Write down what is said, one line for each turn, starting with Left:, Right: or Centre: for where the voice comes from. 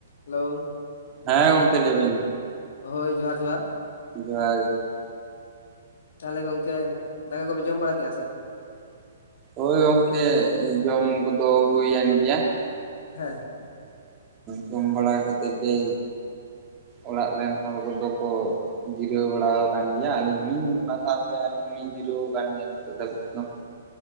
Left: Hello.
Right: ᱦᱮᱸ ᱜᱚᱝᱠᱮ ᱞᱟᱹᱭ ᱵᱤᱱ?
Left: ᱦᱳᱭ, ᱡᱚᱦᱟᱨ ᱡᱚᱦᱟᱨ ᱾
Right: ᱡᱚᱦᱟᱨ ᱜᱮ ᱾
Left: ᱛᱟᱦᱚᱞᱮ ᱜᱚᱝᱠᱮ ᱫᱟᱠᱟ ᱠᱚᱯᱮ ᱡᱚᱢ ᱵᱟᱲᱟ ᱠᱮᱜᱼᱟ ᱥᱮ?
Right: ᱦᱳᱭ ᱜᱚᱝᱠᱮ, ᱡᱚᱢ ᱠᱚᱫᱚ ᱦᱩᱭᱮᱱ ᱜᱮᱭᱟ ᱾
Left: ᱦᱮᱸ ᱾
Right: ᱡᱚᱢ ᱵᱟᱲᱟ ᱠᱟᱛᱮ ᱜᱮ
Left: <inaudible>
Right: ᱚᱲᱟᱜ ᱨᱮᱱ ᱦᱚᱲ ᱠᱚᱫᱚ ᱠᱚ ᱡᱤᱨᱟᱹᱣ ᱵᱟᱲᱟ ᱟᱠᱟᱱ ᱜᱮᱭᱟ ᱟᱹᱞᱤᱧ ᱦᱚᱞᱤᱧ ᱚᱱᱟ ᱥᱟᱶᱛᱮ ᱟᱹᱞᱤᱧ ᱤᱧ ᱡᱤᱨᱟᱹᱣ ᱟᱠᱟᱱ ᱜᱮᱭᱟ ᱱᱤᱛᱚᱜ ᱫᱷᱟᱹᱵᱤᱡ ᱫᱚ ᱾